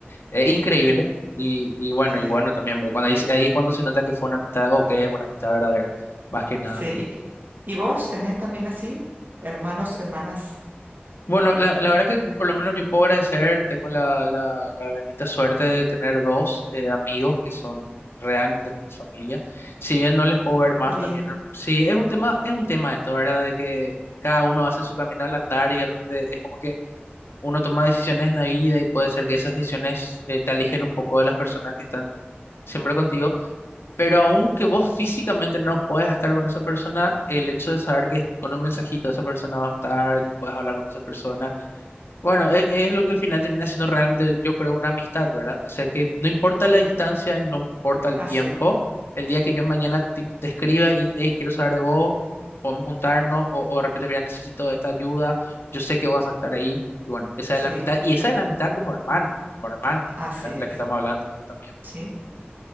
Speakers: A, on the left; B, on the right.
A: eh, increíble, y, y bueno,
B: Sí.
A: y bueno también, pero cuando ahí, ahí es cuando se nota que fue una amistad, o que es una amistad verdadera, más que nada.
B: Sí. ¿Y vos tenés también así? Hermanos, hermanas.
A: Bueno, la, la verdad que por lo menos yo puedo agradecer, tengo la, la, la bendita suerte de tener dos eh, amigos que son realmente como familia. Si bien no les puedo ver más
B: Qué lindo.
A: también, sí, es un tema, es un tema esto, ¿verdad? De que cada uno hace su camino al andar y de repente es como que uno toma decisiones en la vida y puede ser que esas decisiones eh, te alejen un poco de las personas que están siempre contigo, pero aunque vos físicamente no puedas estar con esa persona, el hecho de saber que con un mensajito esa persona va a estar, que puedes hablar con esa persona bueno, e- es, lo que al final termina siendo realmente, yo creo, una amistad, ¿verdad? O sea que no importa la distancia, no importa el
B: Así
A: tiempo,
B: es.
A: el día que yo mañana tipo, te escriba y hey, quiero saber de vos, podemos juntarnos, o, o de repente, mira, necesito esta ayuda, yo sé que vas a estar ahí, y bueno, esa
B: Sí,
A: es la amistad,
B: tal
A: y
B: cual.
A: esa es la amistad como hermano, como hermana,
B: Así
A: ¿verdad?
B: es.
A: De la que estamos hablando también.
B: Sí,